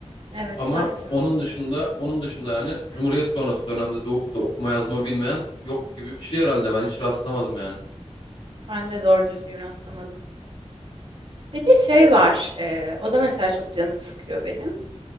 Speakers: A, on the right; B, on the left.
A: Evet
B: Ama
A: maksimum.
B: onun dışında onun dışında yani Cumhuriyet sonrası dönemde doğup da okuma yazma bilmeyen yok gibi bir şey herhalde ben hiç rastlamadım yani.
A: Ben de doğru düzgün rastlamadım. Bir de şey var. e, o da mesela çok canımı sıkıyor benim.